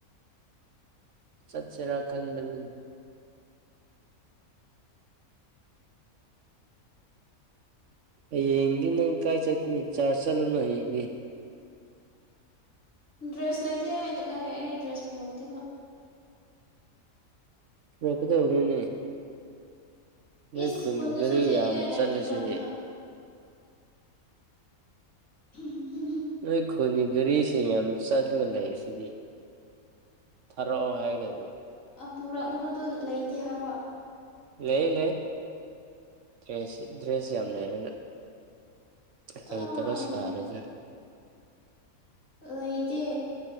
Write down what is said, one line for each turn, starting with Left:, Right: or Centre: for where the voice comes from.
Right: ꯁꯠꯁꯦꯔ ꯈꯟꯕꯅꯤ ꯍꯌꯦꯡ ꯅꯪ ꯀꯥꯏ ꯆꯠꯅꯤ ꯆꯥ ꯆꯂꯨꯅ ꯍꯌꯦꯕꯤ
Left: ꯗ꯭ꯔꯦꯁ ꯂꯩꯇꯦ ꯑꯩ ꯑꯩ ꯗ꯭ꯔꯦꯁ ꯄꯨꯔꯛꯇꯦꯕ
Right: ꯂꯗ ꯍꯧꯒꯅꯦ <unintelligible> ꯅꯣꯏ
Left: ꯏꯁ
Right: ꯈꯨꯟꯒꯤ
Left: ꯈꯨꯟꯗꯁꯨ
Right: ꯒꯥꯔꯤ
Left: ꯁꯦꯠꯅꯤꯡꯉꯥꯏ
Right: ꯌꯥꯝ
Left: ꯂꯩꯇ꯭ꯔꯀꯥꯟꯁꯤꯗ
Right: ꯆꯠꯂꯁꯤꯗꯤ
Left: <inaudible> ꯍꯥꯝ
Right: ꯅꯣꯏ ꯈꯣꯅꯤ ꯔꯤꯁꯤ ꯌꯥꯝ ꯆꯠꯂꯒ ꯂꯩ ꯁꯤꯗꯤ ꯊꯔꯣ ꯍꯥꯏꯒ
Left: ꯄꯨꯔꯛꯅꯕꯗꯣ ꯂꯩꯇꯦ ꯍꯥꯏꯕꯣ
Right: ꯂꯩ ꯂꯩ ꯇ꯭ꯔꯁꯤ ꯗ꯭ꯔꯁꯤ ꯌꯥꯝ ꯂꯩꯔ
Left: ꯀꯗꯥꯏꯗꯒꯤ
Right: ꯍꯇꯕ ꯁꯥꯔ ꯑꯗꯨ
Left: ꯑꯥꯏꯇ